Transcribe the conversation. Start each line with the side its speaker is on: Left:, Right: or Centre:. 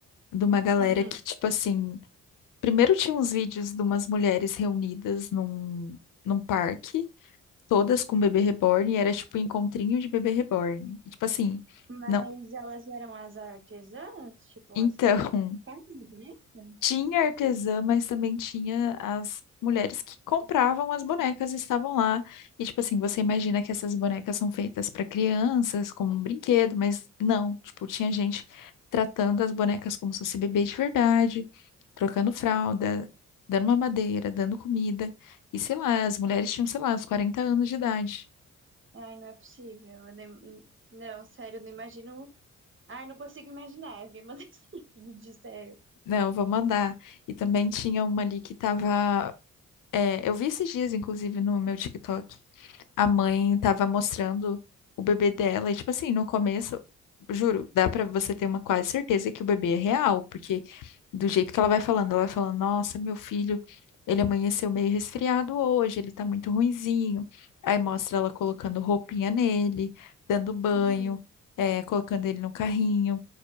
Left: de uma galera
Right: Uhum.
Left: que, tipo assim. Primeiro tinha uns vídeos de umas mulheres reunidas num, num parque, todas com bebê reborn, e era tipo um encontrinho de bebê reborn. E, tipo assim,
Right: Mas
Left: não.
Right: elas eram as artesãs,
Left: <laughs>
Right: tipo,
Left: Então,
Right: as que fazem boneca?
Left: Tinha artesã, mas também tinha as mulheres que compravam as bonecas e estavam lá. E, tipo assim, você imagina que essas bonecas são feitas para crianças, como um brinquedo, mas não. Tipo, tinha gente tratando as bonecas como se fosse bebê de verdade, trocando fralda, dando mamadeira, dando comida. E sei lá, as mulheres tinham, sei lá, uns 40 anos de idade.
Right: Ai, não é possível. eu nem- Não, sério, eu não imagino. Ai, não consigo imaginar, me mandei <laughs> vídeo, sério.
Left: Não, vou mandar. E também tinha uma ali que tava. é, eu vi esses dias, inclusive, no meu TikTok. a mãe tava mostrando o bebê dela, e tipo assim, no começo, juro, dá pra você ter uma quase certeza que o bebê é real, porque do jeito que ela vai falando, ela vai falando, nossa, meu filho, ele amanheceu meio resfriado hoje, ele tá muito ruinzinho. Aí mostra ela colocando roupinha nele, dando banho,
Right: Uhum.
Left: eh, colocando ele no carrinho